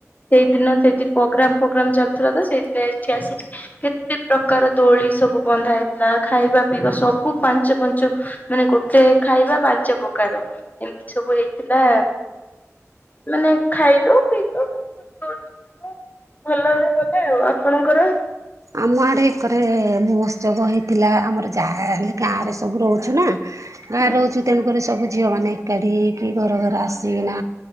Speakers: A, on the left; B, on the right.
A: ସେଇଦିନ ସେଇଠି ପ୍ରୋଗ୍ରାମ ଫୋଗ୍ରାମ ର ଚାଲଥିଲା ତ ସେଇଥିିନ ଏଠି ଆସିକି କେତେ ପ୍ରକାର ଦୋଳି ସବୁ ବନ୍ଧା ହେଇଥିଲା ଖାଇବା ପିଇ ସବୁ ପାଞ୍ଚ ପାଞ୍ଚ ମାନେ ଗୋ ଏ ଖାଇବା ପାଞ୍ଚ ପ୍ରକାର ଏମିତି ସବୁ ହେଇଥିଲା ମାନେ ଖାଇଲୁ ପିଇଲୁ ଭଲରେ ଗଲେ ଆଉ ଆପଣଙ୍କର।
B: ଆମ ଆଡେ ଏକରେ ମହୋତ୍ସବ ହେଇଥିଲା ଆମର ଯାହା ହେଲେ ଗାଁରେ ସବୁ ରହୁଛୁ ନା ଗାଁରେ
A: ହଁ
B: ରହୁଛୁ ତେଣୁକରି ସବୁ ଝିଅମାନେ ଏକାଠି ହୋଇକି ଘରେ ଘରେ ଆସି ସିନା